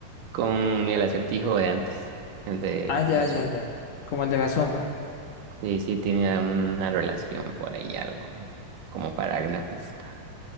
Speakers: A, on the right (about 80°); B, on the left (about 65°).
A: con el acertijo de antes, el de
B: Ah, ya,
A: la
B: ya,
A: sombra.
B: ya. Como el de la sombra.
A: Sí, sí, tiene una relación por ahí, algo como para darle una pista.